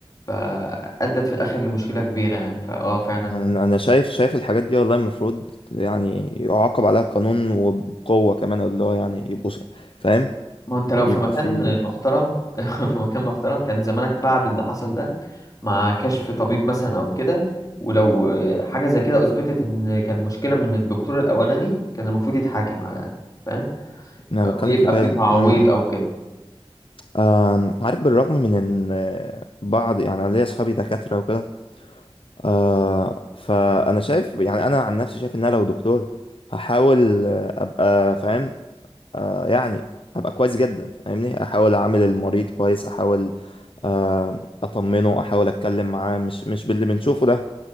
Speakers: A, on the left; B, on the left.
A: فأدت في الآخر لمشكلة كبيرة يعني فأه فعلا
B: انا انا شايف شايف الحاجات دي والله المفروض يعني يعاقب عليها القانون وبقوه كمان اللي هو يعني يبقوا ص- فاهم
A: ما أنت لو في
B: يبقى
A: مكان
B: في
A: محترم <laughs> في مكان محترم كان زمانك بعد اللي حصل ده مع كشف طبيب مثلا أو كده ولو آه، حاجة زي كده أثبتت إن كان مشكلة من الدكتور الأولاني كان المفروض يتحاكم على الأقل فاهم
B: انا
A: أو
B: بتكلم
A: يبقى
B: في كده
A: في تعويض
B: م- م.
A: أو كده
B: آم، عارف بالرغم من ان آه، بعض يعني انا ليا اصحابي دكاتره وكده آه، فانا شايف يعني انا عن نفسي شايف ان انا لو دكتور هحاول آه، ابقى فاهم آه، يعني ابقى كويس جدا فاهمني احاول اعامل المريض كويس احاول آم، اطمنه احاول اتكلم معاه مش مش باللي بنشوفه ده